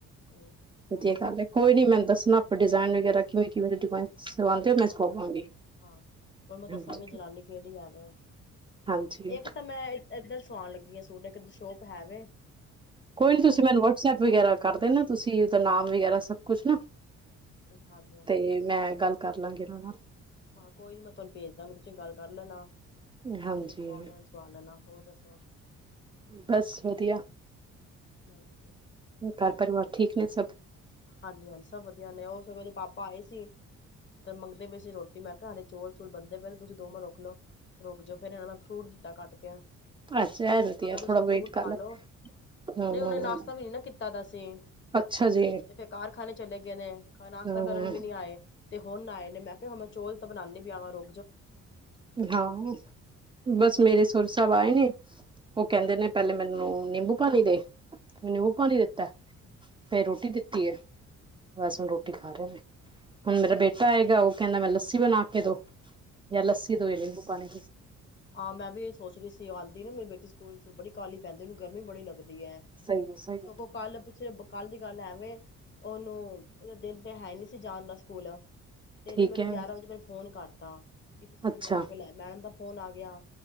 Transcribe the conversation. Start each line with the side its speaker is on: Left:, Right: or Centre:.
Left: ਹੂੰ, ਬਹੁਤ
Right: ਵਧੀਆ
Left: ਅੱਛਾ
Right: ਗੱਲ ਹੈ ਕੋਈ ਨੀ ਮੈਨੂੰ ਦੱਸਣਾ ਆਪਾਂ ਡਿਜ਼ਾਇਨ ਵਗੈਰਾ ਕਿਵੇਂ <unintelligible> ਹੋ ਮੈਂ
Left: ਹਾਂਜੀ
Right: ਸਵਾਵਾਂਗੀ
Left: ਹਾਂ ਤਹਾਨੂੰ ਮੈਂ ਦੱਸਾਂਗੀ
Right: ਹਾਂਜੀ
Left: ਜਨਾਨੀ ਕਿਹੜੀ ਆ ਆ
Right: ਹਾਂਜੀ
Left: ਇੱਕ ਤਾਂ ਮੈਂ ਇੱਧਰ ਸਵਾਉਣ ਲੱਗੀ ਆਂ। ਸੂਟ ਇੱਕ ਦੀ ਸ਼ੋਪ ਹੈ ਵੇ
Right: ਕੋਈ ਨੀ ਤੁਸੀਂ ਮੈਨੂੰ ਵਟਸਐਪ ਵਗੈਰਾ ਕਰਦੇ ਨਾ ਤੁਸੀਂ ਉਹਦਾ ਨਾਮ ਵਗੈਰਾ ਸਭ ਕੁਛ ਨਾ
Left: ਹਾਂਜੀ-ਹਾਂਜੀ।
Right: ਤੇ ਮੈਂ ਗੱਲ ਕਰ ਲਾਂਗੀ। <unintelligible>
Left: ਆਹੋ ਕੋਈ ਨੀ ਮੈਂ ਤੁਹਾਨੂੰ ਭੇਜਦਾ ਮੈਂ ਤੁਸੀਂ ਗੱਲ ਕਰ ਲੈਣਾ ਫੇਰ
Right: ਹਾਂਜੀ
Left: ਉਸ ਤੋ ਬਾਅਦ ਸਵਾ ਲੈਣਾ ਹੋਰ ਦੱਸੋ?
Right: ਬਸ ਵਧੀਆ
Left: ਬੜਾ ਵਧੀਆ।
Right: ਘਰ ਪਰਿਵਾਰ ਠੀਕ ਨੇ ਸਭ
Left: ਹਾਂਜੀ -ਹਾਂਜੀ ਸਭ ਵਧੀਆ ਨੇ ਉਹ ਉਹਦੇ ਪਾਪਾ ਆਏ ਸੀ ਤੇ ਮੰਗਦੇ ਵੀ ਸੀ ਰੋਟੀ ਮੈਂ ਕਿਹਾ ਹਡੇ ਚੋਲ ਚੂਲ ਬਣਦੇ ਫਿਰ ਤੁਸੀਂ ਦੋ ਮਿੰਟ ਰੁਕ ਲਓ ਰੁਕ ਜਾਓ ਫਿਰ ਇਹਨਾਂ ਮੈਂ ਫਰੂਟ ਦਿੱਤਾ ਕੱਟ ਕੇ
Right: ਅੱਛਾ ਨਾ
Left: ਮੈਂ ਕਿਹਾ ਤੁਸੀਂ
Right: ਥੋੜਾ ਵੇਟ
Left: ਫਰੂਟ ਖਾ
Right: ਕ ਲ
Left: ਲੋ।
Right: ਹਾਂ
Left: ਨਹੀਂ
Right: -ਹਾਂ
Left: ਉਹਨੇ ਨਾਸ਼ਤਾ ਵੀ ਨੀ ਨਾ ਕੀਤਾ ਦਾ ਸੀ
Right: ਅੱਛਾ ਜੀ।
Left: ਤੇ ਫੇਰ ਕਾਰਖਾਨੇ ਚਲੇ ਗਏ ਨੇ ਨਾਸ਼ਤਾ
Right: ਹਮ
Left: ਕਰਨ ਵੀ ਨੀ ਆਏ। ਤੇ ਹੁਣ ਆਏ ਨੇ ਮੈਂ ਕਿਹਾ ਮੈਂ ਚੌਲ ਤਾਂ ਬਣਾਾਨਦੀ ਪਿਆ ਵਾਂ ਰੋ
Right: ਹਾਂ ਬਸ ਮੇਰੇ ਸੋਰਾ ਸਾਹਿਬ ਆਏ ਨੇ। ਉਹ ਕਹਿੰਦੇ ਨੇ ਪਹਿਲੇ ਮੈਨੂੰ ਨਿੰਬੂ ਪਾਣੀ ਦੇ ਨਿੰਬੂ ਪਾਣੀ ਦਿੱਤਾ ਫੇਰ ਰੋਟੀ ਦਿੱਤੀ ਹੈ ਬਸ ਹੁਣ ਰੋਟੀ ਖਾ ਰਹੇ ਨੇ ਹੁਣ ਮੇਰਾ ਬੇਟਾ ਆਏਗਾ ਉਹ ਕਹਿੰਦਾ ਮੈਂ ਲੱਸੀ ਬਣਾ ਕੇ ਦੋ। ਜਾਂ ਲੱਸੀ ਦੇਵੋ ਜਾਂ ਨਿੰਬੂ ਪਾਣੀ
Left: ਆਾਂ ਮੈਂ ਵੀ ਇਹ ਸੋਚਣੀ ਸੀ ਆਂਦੀ ਨਾ ਮੇਰੀ ਬੇਟੀ ਸਕੂਲ ਬੜੀ ਕਾਹਲੀ ਪੈਂਦੀ ਉਹਨੂੰ ਗਰਮੀ ਬੜੀ ਲੱਗਦੀ ਹੈ
Right: ਸਹੀ ਹੈ ਸਹੀ ਹੈ
Left: ਸਗੋਂ ਕੱਲ ਪਿੱਛਲੇ ਕੱਲ ਦੀ ਗੱਲ ਐਵੇਂ ਉਹਨੂੰ ਇਹਦਾ ਦਿਲ ਤੇ ਹੈ ਨੀ ਸੀ ਜਾਣ ਦਾ ਸਕੂਲ ਤੇ ਇਹਨੇ
Right: ਠੀਕ
Left: ਮੈਨੂੰ
Right: ਹੈ
Left: ਗਿਆਰਾਂ ਵਜੇ ਮੈਨੂੰ ਫੋਨ ਕਰ ਤਾਂ ਕਿ ਤੁਸੀਂ
Right: ਅੱਛਾ
Left: ਮੈਨੂੰ ਆ ਕੇ ਲਿਆ ਮੈਂਡਮ ਦਾ ਫੋਨ ਆ ਜਾਂ